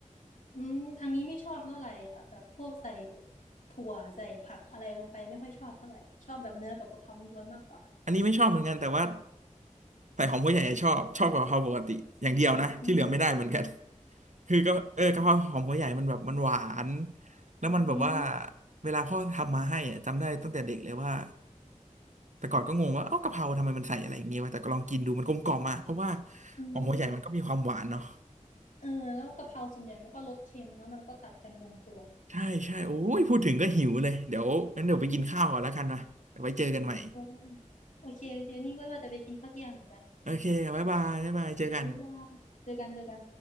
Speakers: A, on the left; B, on the right.
A: อืมทางนี้ไม่ชอบเท่าไหร่อ่ะแบบพวกใส่ถั่วใส่ผักอะไรลงไปไม่ค่อยชอบเท่าไหร่ชอบแบบเนื้อกับกะเพราล้วนๆมากกว่า
B: อันนี้ไม่ชอบเหมือนกันแต่ว่าใส่หอมหัวใหญ่อะชอบชอบกว่ากะเพราปกติอย่างเดียวนะที่เหลือไม่ได้เหมือนกัน
A: อืม
B: <laughs> คือก็เออกะเพราหอมหัวใหญ่มันแบบมันหวานแล้วมันแบบว่า
A: อืม
B: เวลาพ่อทำมาให้อะจำได้ตั้งแต่เด็กเลยว่าแต่ก่อนก็งงว่าเอ้ากะเพราทำไมมันใส่อะไรอย่างเงี้ยวะแต่ก็ลองกินดูมันกลมกล่อมมาเพราะว่า
A: อืม
B: หอมหัวใหญ่มันก็มีความหวานเนาะ
A: เออแล้วกะเพราส่วนใหญ่มันก็รสเค็มเนาะมันก็ตัดกันลงตัว
B: ใช่ใช่โอ้ยพูดถึงก็หิวเลยเดี๋ยวงั้นเดี๋ยวไปกินข้าวก่อนแล้วกันนะเดี๋ยวไว้เจอกันใหม่
A: อืมโอโอเคโอเคนี่ก็ว่าจะไปกินข้าวเที่ยงเหมือนกัน
B: โอเคบ๊ายบายบ๊ายบายเจอกัน
A: บ๊ายบายเจอกันเจอกัน